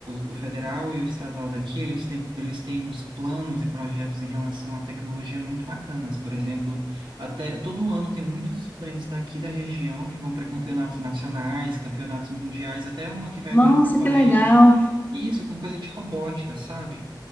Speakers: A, on the right; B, on the left.
A: o, o federal e o estadual daqui, eles têm, eles têm uns planos e projetos em relação à tecnologia muito bacanas. Por exemplo, até todo ano tem muitos estudantes daqui da região que vão para campeonatos nacionais, campeonatos mundiais, até uma que vai
B: Nossa,
A: agora para a Coreia.
B: que legal.
A: E Isso, com coisa de robótica, sabe?